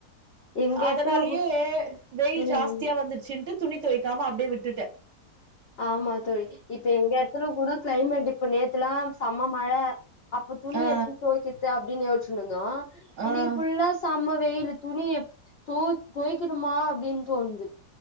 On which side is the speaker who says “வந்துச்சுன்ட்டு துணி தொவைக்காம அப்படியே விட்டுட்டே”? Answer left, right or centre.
Right